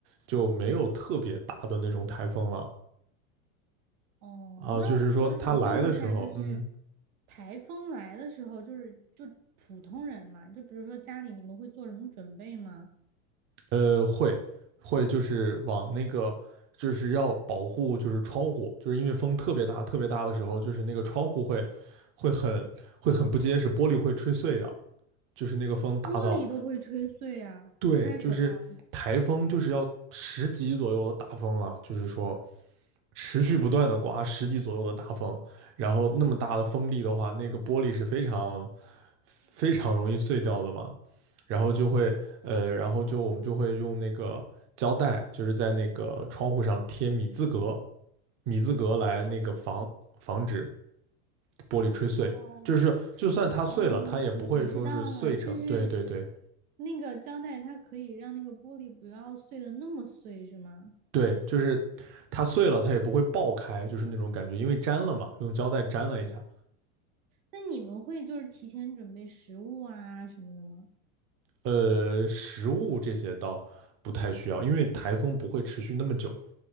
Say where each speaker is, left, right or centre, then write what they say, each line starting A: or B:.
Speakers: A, on the right; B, on the right.
A: 就没有特别大的那种台风了
B: 哦，
A: 啊，
B: 那我想问一下，
A: 就是说它来的时候，
B: 就是
A: 嗯
B: 台风来的时候，就是就普通人嘛，就比如说家里你们会做什么准备吗？
A: 呃会会就是往那个就是要保护就是窗户，就是因为风特别大特别大的时候，就是那个窗户会会很会很不结实，玻璃会吹碎的。就是那个风大到，
B: 玻璃都会吹碎啊，
A: 对，
B: 太可怕了。
A: 就是台风就是要十级左右的大风了，就是说持续不断的刮十级左右的大风，然后那么大的风力的话，那个玻璃是非常非常容易碎掉的嘛，然后就会呃，然后就我们就会用那个胶带，就是在那个窗户上贴米字格，米字格来那个防防止玻璃吹碎，
B: 哦
A: 就是就算它碎了，
B: 哦，
A: 它也不会说是碎成，
B: 我知道了，就是
A: 对对对。
B: 那个胶带，它可以让那个玻璃不要碎的那么碎，是吗？
A: 对，就是它碎了，它也不会爆开，就是那种感觉，因为粘了嘛，用胶带粘了一下。
B: 那你们会就是提前准备食物啊什么的吗？
A: 呃，食物这些倒不太需要，因为台风不会持续那么久，